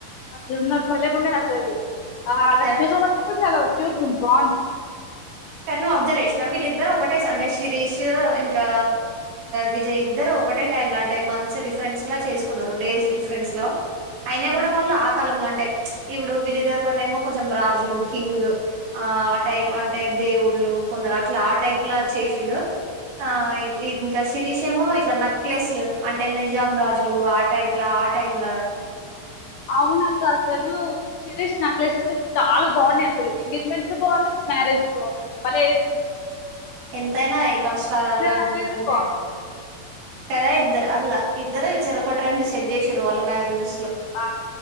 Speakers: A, on the left; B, on the right.
A: అట్లా ఉన్నారు భలే ఉన్నారు అసలు రష్మిక
B: కదా
A: మండన కూడా చాల క్యూట్ గుంది బాగుంది
B: కానీ నువ్వు అబ్జర్వేషిన వీళ్ళిద్దరు ఒకటే సండే శిరీష్ ఇంకా విజయ్ ఇద్దరు ఒకటే టైమ్ లో అంటే మంత్స్ డిఫరెన్స్ లా చేసుకున్నారు డేస్ డిఫరెన్స్ లో అయినా
A: ఉమ్
B: కూడా వాళ్ళు ఆ కాలంలో అంటే చ్ ఇప్పుడు విజయదేవరకొండ ఏమో కొంచెం రాజులు కింగ్ ఆ ఆ టైప్ అంటే దేవుళ్ళు కొందరు అట్లా ఆ టైప్ లా చేసిండు ఆ
A: ఉమ్
B: ఇంకా అల్లు శిరీష్ ఏమో ఇట్లా నక్లెస్ లు అంటే నిజాం రాజులు ఆ టైప్ లో ఆ టైం లో
A: అవునక్క అసలు శిరేష్ నక్లేష్ అయితే చాలా బాగున్నాయి అసలు ఎంగేజ్మెంట్ బాగుంది మ్యారేజ్ బాగుంది అసలు పలే వేసుకున్నారు
B: ఎంతైనా icon star Allu Arjun
A: necklace
B: అంటే
A: a బాగుంది
B: కథా ఇద్దరు అట్లా ఇద్దరు చెరకుటి ట్రెండ్ సెట్ చేసారు వాళ్ళ మ్యారేజ్
A: ఆ